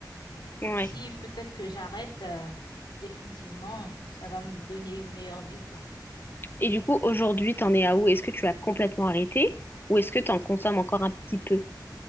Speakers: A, on the left; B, on the left.
A: Ouais.
B: si peut-être que j'arrête, euh, définitivement, ça va me donner une meilleure vie ou quoi.
A: Et du coup, aujourd'hui, t'en es à où? Est-ce que tu as complètement arrêté ou est-ce que t'en consommes encore un petit peu?